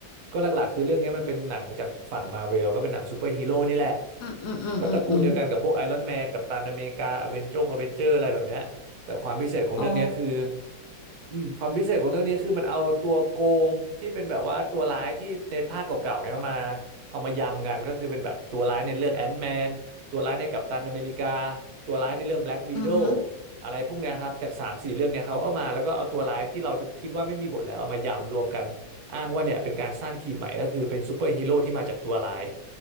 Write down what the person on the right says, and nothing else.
ก็หลักๆคือเรื่องนี้มันเป็นหนังจากฝั่งมาเวลก็เป็นหนังซูเปอร์ฮีโร่นี่แหละ
ก็ตระกูลเดียวกันกับพวกไอรอนแมนกัปตันอเมริกาอเวนจงอเวนเจอร์อะไรแบบเนี้ยแต่ความพิเศษของเรื่องนี้คือ
อืมความพิเศษของเรื่องนี้คือมันเอาตัวโกงที่เป็นแบบว่าตัวร้ายที่ในภาคเก่าๆเนี่ยมาเอามายำกันก็คือเป็นแบบตัวร้ายในเรื่องแอนท์แมนตัวร้ายในกัปตันอเมริกาตัวร้ายในเรื่องแบล็กวีโด
อะไรพวกเนี้ยครับจากสามสี่เรื่องเนี่ยเขาก็มาแล้วก็เอาตัวร้ายที่เราคิดว่าไม่มีบทแล้วเอามายำรวมกัน อ้างว่าเนี่ยเป็นการสร้างทีมใหม่ก็คือเป็นซูเปอร์ฮีโร่ที่มาจากตัวร้าย